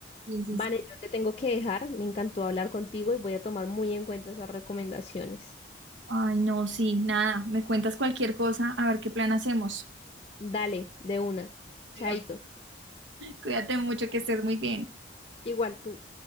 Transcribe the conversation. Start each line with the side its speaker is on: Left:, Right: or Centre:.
Right: Sí, sí,
Left: Vane,
Right: sí.
Left: yo te tengo que dejar. Me encantó hablar contigo y voy a tomar muy en cuenta esas recomendaciones.
Right: Ay, no, sí, nada, me cuentas cualquier cosa, a ver qué plan hacemos.
Left: Dale, de una.
Right: Mira,
Left: Chaito.
Right: Cuídate mucho, que estés muy bien.
Left: Igual tú.